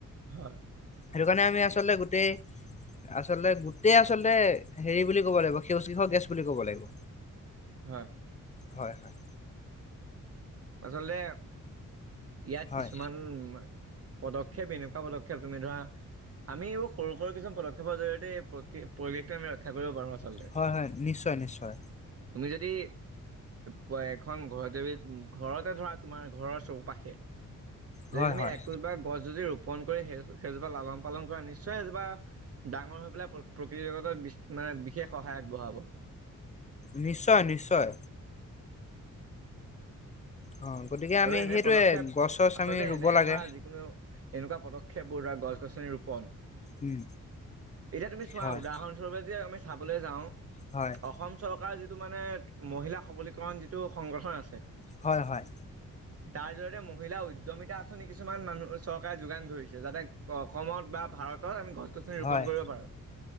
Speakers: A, on the right; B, on the left.
A: হয়।
B: সেইটো কাৰণে আমি আচলতে গোটেই, আচলতে গোটেই আচলতে হেৰি বুলি ক'ব লাগিব সেউজগৃহৰ গেছ বুলি ক'ব লাগিব।
A: হয়।
B: হয় হয়।
A: আচলতে ইয়াত
B: হয়
A: কিছুমান পদক্ষেপ এনেকুৱা পদক্ষেপ তুমি ধৰা, আমি এইবোৰ সৰু সৰু কিছু পদক্ষেপৰ জৰিয়তে এই পৰিৱেশটো আমি ৰক্ষা কৰিব পাৰোঁ আছ লতে,
B: হয় হয় নিশ্চয় নিশ্চয়
A: তুমি যদি প এখন ঘৰতেবি ঘৰতে ধৰা, তোমাৰ ঘৰৰ চৌপাশে যদি
B: হয়
A: তুমি
B: হয়
A: একো বা গছ যদি ৰোপন কৰি সেই সেইজোপা লালন পালন কৰা নিশ্চয় সেইজোপা ডাঙৰ হৈ পেলাই প্ৰকৃতি জগতত মানে বিশেষ সহায় আগবঢ়াব।
B: নিশ্চয় নিশ্চয়। অ গতিকে
A: আৰু
B: আমি
A: এনে
B: সেইটোৱে
A: পদক্ষেপ,
B: গছ চছ
A: আচলতে
B: আমি ৰুব
A: এনে
B: লাগে
A: ধৰা যিকোনো এনেকুৱা পদক্ষেপবোৰ দ্বাৰা গছ গছনি ৰোপণ
B: উম
A: এতিয়া তুমি চোৱা
B: হয়
A: উদাহৰণস্বৰূপে যে আমি চাবলৈ যাওঁ
B: হয়
A: অসম চৰকাৰ যিটো টো মানে মহিলা সবলীকৰণ যিটো টো সংগঠন আছে
B: হয় হয়
A: তাৰ জৰিয়তে মহিলা উদ্যমিতা আঁচনি কিছুমান মানুহ চৰকাৰে যোগান ধৰিছে যাতে অসমত বা ভাৰতত আমি গছ গছনী ৰোপন
B: হয়
A: কৰিব পাৰো